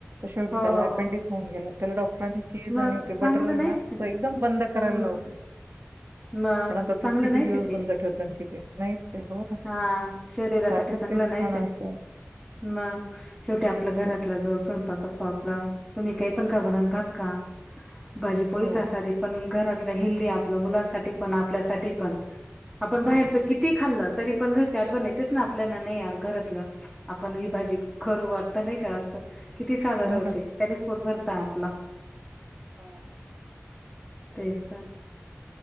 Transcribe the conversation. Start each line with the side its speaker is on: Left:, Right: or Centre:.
Right: शेवटी
Centre: हो
Right: त्याला
Centre: हो
Right: अपेंडिक्स
Centre: हो.
Right: होऊन गेले. त्याला डॉक्टरांनी चीज
Centre: मग
Right: आणि ते
Centre: चांगलं
Right: बटर आहे
Centre: नाहीच
Right: ना एकदम. बंद करायला
Centre: हम्म
Right: लावलं
Centre: मग
Right: पण आ
Centre: चांगलं
Right: तू किती
Centre: नाहीच
Right: दिवस
Centre: आहे
Right: बंद
Centre: ते.
Right: ठेवत कि नाहीच हो.
Centre: हा शरीरासाठी
Right: सारखं
Centre: चांगलं
Right: तेच
Centre: नाहीच
Right: खाणं
Centre: आहे
Right: असतं.
Centre: मग शेवटी आपल्या
Right: तेच
Centre: घरातला जो स्वयंपाक असतो, आपला तुम्ही काही पण खबरत भात खा. भाजी पोळी
Right: हो.
Centre: खा साधी पण घरातलं हेल्दी आपलं मुलांसाठी पण आपल्यासाठी पण आपण बाहेरच
Right: हं.
Centre: किती खाल्ल. तरी पण घरची आठवण येतेच ना, आपल्याना नाही यार घरातलं आपण ही भाजी खरं वाटत नाही का असं. किती साधर
Right: हो
Centre: होते
Right: ना.
Centre: त्याने स् पोट भरता आपला
Right: हम्म
Centre: तेचत